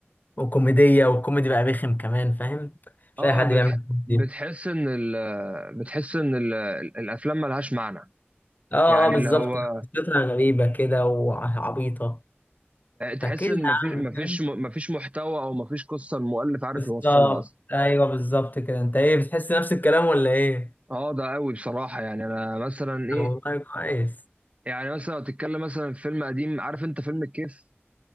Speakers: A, on the left; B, on the right.
A: وكوميديه والكوميدي بقى رخم كمان فاهم مش
B: أه
A: اي حد
B: بتح...
A: بيعمل كوميدي
B: بتحس إن ال... بتحس إن ال... الأفلام ملهاش معنى
A: اه
B: يعني
A: اه بالظبط
B: اللي هو
A: قصتها غريبه كده وعبيطه فكده
B: تحس إن
A: يا
B: مفيش
A: عم
B: مفيش
A: فاهم
B: مفيش محتوى أو مفيش قصة المؤلف عارف
A: بالظبط
B: يوصلها أصلا
A: ايوه بالظبط كده انت ايه بتحس نفس الكلام ولا ايه؟
B: اه ده قوي بصراحة يعني انا مثلا ايه
A: طب والله كويس
B: يعني مثلا لو تتكلم مثلا في فيلم قديم عارف انت فيلم الكيف